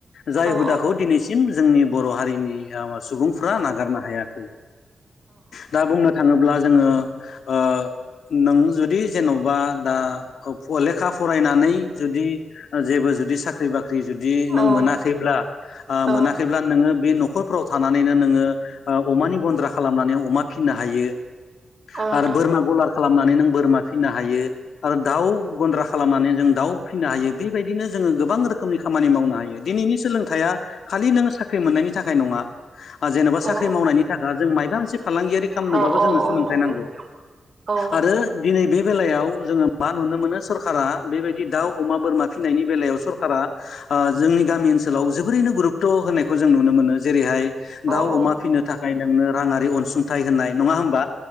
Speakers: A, on the left; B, on the right.
A: जाय
B: औ
A: हुदाखौ दिनैसिम जोंनि बर' हारिनि <unintelligible> सुबुंफ्रा नागारनो हायाखै दा बुंनो थाङोब्ला जोङो ओ नों जुदि जेन'बा दा <unintelligible> फरायनानै जुदि जेबो जुदि साख्रि बाख्रि जुदि नों
B: औ
A: मोनाखैब्ला ओ
B: औ
A: मोनाखैब्ला नोङो बे न'खरफोराव थानानैनो नोङो अमानि गन्द्रा खालामनानै अमा फिनो हायो।
B: नोंथां
A: आरो बोरमा गलार खालामनानै नों बोरमा फिनो हायो। आरो दाउ गन्द्रा खालामनानै जों दाउ फिसिनो हायो बेबायदिनो जोङो गोबां रोखोमनि खामानि मावनो हायो दिनै नि सोलोंथाइआ खालि नों साख्रि मोननायनि थाखाय नङा। जेन'बा
B: औ
A: साख्रि मावनायनि थाखाय जों मायाबा मोनसे फालांगियारि खालामनोबाबो
B: औ औ
A: जोङो
B: औ
A: सोलोंथाइ
B: नंगौ
A: नांगौ।
B: औ
A: आरो दिनै बे बेलायाव जोङो मा नुनो मोनो सरकारा बेबायदि दाउ अमा बोरमा फिनायनि बेलायाव सरकारा ओ जोंनि गामि ओनसोलाव जोबोरैनो गुरुतथ' होनायखौ जों नुनो मोनो जेरैहाय
B: औ
A: दाउ
B: औ
A: अमा फिनो थाखाय नोंनो राङारि अनसुंथाइ होनाय नङा होमबा